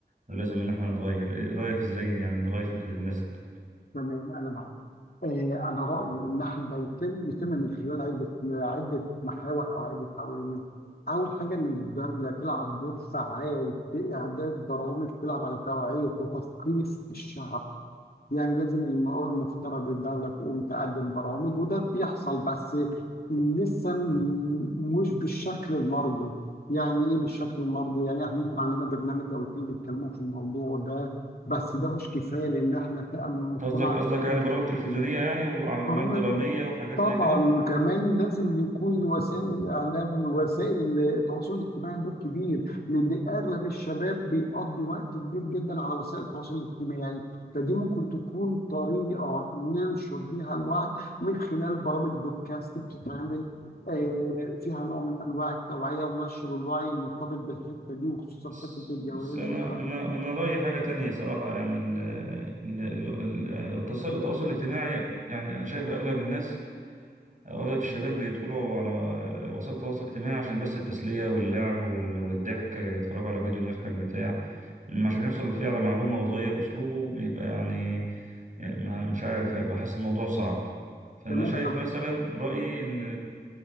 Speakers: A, on the right; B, on the left.
A: ولازم ان احنا نتغير ايه رايك ازاي يعني نغير فكرة الناس كده
B: تمام انا معاك آه، انا رايي ان احنا ده يتم يتم من خلال عده عده محاور او عده عوامل اول حاجه ان الدوله تلعب دور فعال في اعداد برامج تلعب على توعيه وتثقيف الشعب يعني لازم المرأة المفترض الدولة تقوم تقدم برامج وده بيحصل بس لسه م- مش بالشكل المرجو يعني إيه بالشكل المرجو؟ يعني إحنا ممكن عندنا برنامج أو اتنين بيتكلموا في الموضوع ده بس ده مش كفاية لأن إحنا فئة من المجتمع
A: قصدك قصدك
B: كبيرة
A: يعني برامج
B: جدا
A: تلفزيونية يعني وأعمال
B: برامج
A: درامية وحاجات
B: طبعا
A: زي كده
B: وكمان لازم يكون لوسائل الاعلام وسائل التواصل الاجتماعي دور كبير لان اغلب الشباب بيقضي وقت كبير جدا على وسائل التواصل الاجتماعي يعني فدي ممكن تكون طريقه ننشر بيها الوعي من خلال برامج بودكاست بتتعمل آه، فيها نوع من انواع التوعيه ونشر الوعي المرتبط بالحته دي وخصوصا
A: بس
B: فكره الجواز
A: بس أنا
B: والكلام
A: أنا أنا رأيي حاجة تانية صراحة يعني ال ال ال ال- التواصل التواصل الاجتماعي يعني أنا شايف أغلب الناس أغلب الشباب بيدخلوا على وسائل التواصل الاجتماعي عشان بس التسلية واللعب وال- والضحك يتفرجوا على فيديو مضحك بتاع أما عشان يحصل فيه على معلومة وتغير أسلوبه بيبقى يعني يعني ما- مش عارف هيبقى حاسس الموضوع صعب فأنا
B: تمام
A: شايف
B: انا
A: مثلا رأيي إن